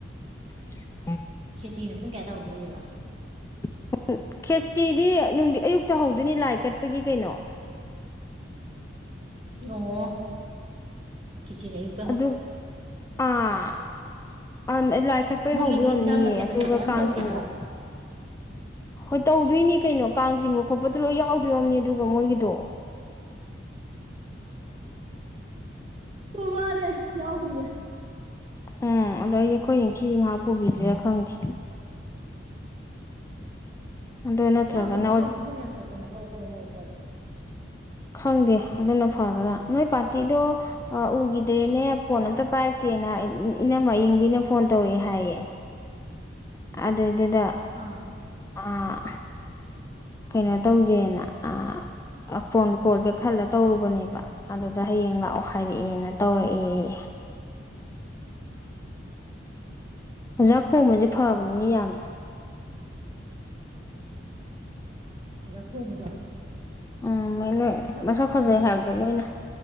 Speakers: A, on the left; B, on the right.
A: <unintelligible>
B: ꯈꯦꯆ꯭ꯔꯤꯅ ꯄꯨꯡ ꯀꯌꯥ ꯇꯧꯗꯣꯔꯤꯕ?
A: <unintelligible> ꯈꯦꯆ꯭ꯔꯤꯗꯤ ꯅꯨꯡꯗꯤ ꯑꯌꯨꯛꯇ ꯍꯧꯗꯣꯏꯅꯤ ꯂꯥꯏ ꯀꯠꯄꯒꯤ ꯀꯩꯅꯣ
B: <unintelligible> ꯑꯣ ꯈꯤꯆ꯭ꯔꯤꯅ ꯑꯌꯨꯛ
A: ꯑꯗꯨꯛ ꯑꯥ ꯑꯟ ꯑꯥ ꯂꯥꯏꯈꯠꯄꯩ
B: ꯃꯣꯏꯒꯤꯗꯤ
A: ꯍꯧꯗꯣꯏ ꯑꯣꯏꯝꯅꯤꯌꯦ
B: ꯏꯟꯖꯥꯡ ꯃꯊꯦꯜ
A: ꯑꯗꯨꯒ
B: ꯃꯊꯦꯜ ꯌꯥꯝ
A: ꯀꯥꯡ
B: ꯇꯧꯋꯤꯗꯅ
A: ꯆꯤꯡꯒꯨꯞ ꯍꯣꯏ ꯇꯧꯗꯣꯏꯅꯤ ꯀꯩꯅꯣ ꯀꯥꯡ ꯆꯤꯡꯕ ꯈꯣꯠꯄꯗꯣ ꯂꯣꯏ ꯌꯥꯎꯗꯣꯏ ꯑꯣꯏꯝꯅꯤ ꯑꯗꯨꯒ ꯃꯣꯏꯒꯤꯗꯣ
B: ꯑꯗꯨ ꯋꯥꯔꯦ ꯌꯥꯎꯗꯣꯏꯅꯦ
A: ꯎꯝ ꯑꯗꯣ ꯑꯩꯁꯦ ꯈꯣꯏ ꯅꯤꯡꯊꯤꯕꯤ ꯉꯥꯏꯍꯥꯛ ꯄꯨꯕꯤꯁꯤꯔꯥ ꯈꯪꯗꯦ ꯑꯗꯣ ꯅꯠꯇ꯭ꯔꯒꯅ
B: ꯌꯥꯎꯔꯨꯖꯤ ꯀꯩꯅꯣ ꯈꯣꯏ ꯃꯌꯥꯝ ꯆꯠꯇꯅꯥ ꯍꯧ ꯍꯧ ꯍꯧ ꯍꯧ
A: ꯈꯪꯗꯦ ꯑꯗꯨꯅ ꯐꯗ꯭ꯔꯥ ꯅꯣꯏ ꯄꯥꯔꯇꯤꯗꯣ ꯑꯥ ꯎꯈꯤꯗ꯭ꯔꯦꯅꯦ ꯐꯣꯟ ꯑꯝꯇ ꯄꯥꯏꯔꯛꯇꯦꯅ <unintelligible> ꯏꯅꯝꯃꯥ ꯑꯌꯤꯡꯕꯤꯅ ꯐꯣꯟ ꯇꯧꯔꯛꯑꯦ ꯍꯥꯏꯌꯦ ꯑꯗꯨꯏꯗꯨꯗ
B: ꯑꯥ
A: ꯑꯥ
B: <unintelligible>
A: ꯀꯩꯅꯣ ꯇꯧꯖꯦꯅ ꯑꯥ ꯑꯐꯣꯟ ꯀꯣꯜ ꯕꯦꯛ ꯈꯜꯂ ꯇꯧꯔꯨꯕꯅꯦꯕ ꯑꯗꯨꯗ ꯍꯌꯦꯡ ꯂꯥꯛꯑꯣ ꯍꯥꯏꯔꯛꯑꯦꯅ ꯇꯧꯔꯛꯑꯦ
B: <inaudible>
A: ꯑꯣꯖꯥ ꯀꯣꯝꯕꯁꯦ ꯐꯕꯅꯤꯅꯦ
B: ꯑꯣ ꯑꯣꯖꯥ
A: ꯌꯥꯝꯅ
B: ꯑꯣꯖꯥ ꯈꯣꯝꯕꯗꯣ
A: ꯎꯝ ꯅꯣꯏ
B: ꯃꯁꯛ ꯈꯔ ꯐꯖꯕꯗꯣ
A: ꯐꯖꯩ ꯍꯥꯏꯕꯗꯣ
B: ꯅꯠꯇ꯭ꯔꯣ?
A: ꯅꯣꯏꯅ